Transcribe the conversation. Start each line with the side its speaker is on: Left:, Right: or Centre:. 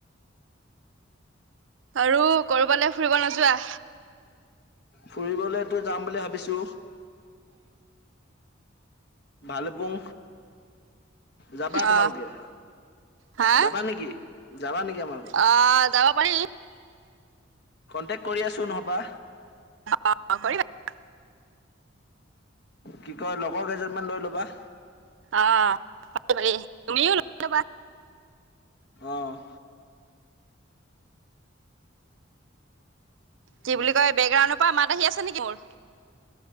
Right: আৰু কৰবালৈ ফুৰিব নোযোৱা।
Left: ফুৰিবলেতো যাম বুলি ভাবিছো। ভালে পুং যাবা তোমালোকে?
Right: অ হা?
Left: যাবা নেকি - যাবা নেকি আমাৰ
Right: অ যাব পাৰি।
Left: কনটেকট কৰি আছো নহ'বা।
Right: অ, কৰিবা। <unintelligible>
Left: কি কয় লগৰ কেইজনোৰ মান লৈ লবা।
Right: অ' তুমিও লৈ লবা।
Left: অহ ',
Right: কি বুলি কয় বেকগ্ৰাউণ্ডৰ পৰা মাত আহি আছে নেকি মোৰ।